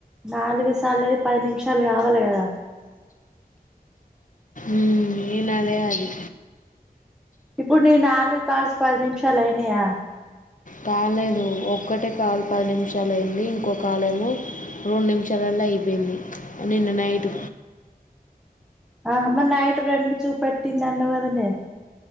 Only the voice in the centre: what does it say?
నాలుగు సార్లు పది నిమిషాలు కావాలి కదా
ఇప్పుడు నీ నాలుగు కాల్స్ పది నిమిషాలు అయినాయా
ఆ మరి నైట్ రెండు చూపెట్టింది అన్నావు కదనే